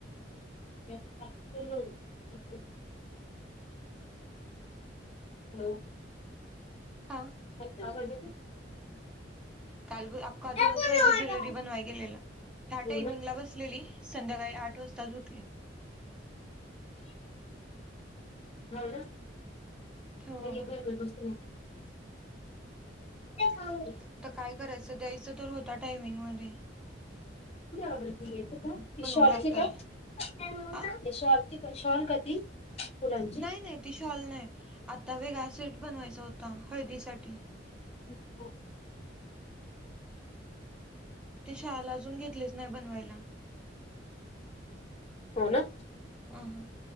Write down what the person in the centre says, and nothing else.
हां
काल ब अख्खा
दिवस माझं ज्वेलरी बनवाय गेलेला ह्या टाइमिंग
ला बसलेली संध्याकाळी आठ वाजताच उठली
हो
आता
आता काय करायचं द्यायचं तर होता टायमिंगमध्ये
लागताल आ
नाही नाही ती शॉल नाही आता वेगळा सेट बनवायचा होता हळदीसाठी.
ते शाला अजून घेतलेच नाही बनवायला
अ ह